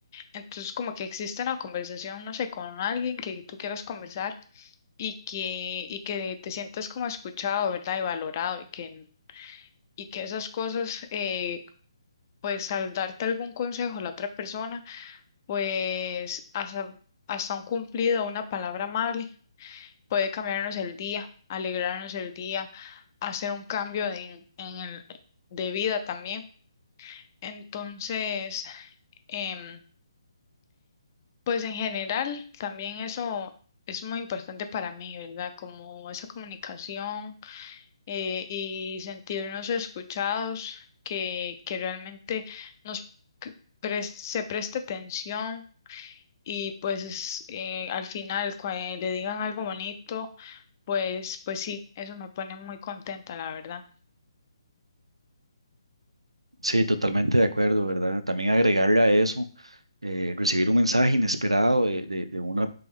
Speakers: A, on the left (about 35°); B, on the right (about 90°).
A: Entonces, como que existe la conversación, no sé, con alguien que tú quieras conversar y que, y que te sientas como escuchado, ¿verdad? Y valorado y que, y que esas cosas, eh, pues al darte algún consejo a la otra persona, pues hasta, hasta un cumplido, una palabra amable, puede cambiarnos el día, alegrarnos el día, hacer un cambio de- en el, de vida también. Entonces, em, Pues en general, también eso es muy importante para mí, ¿verdad? Como esa comunicación eh, y sentirnos escuchados, que, que realmente nos c- pres- se preste atención y pues es, eh, al final cuando le digan algo bonito, pues, pues sí, eso me pone muy contenta, la verdad.
B: Sí, totalmente de acuerdo, ¿verdad? También agregarle a eso, eh, recibir un mensaje inesperado de, de- de una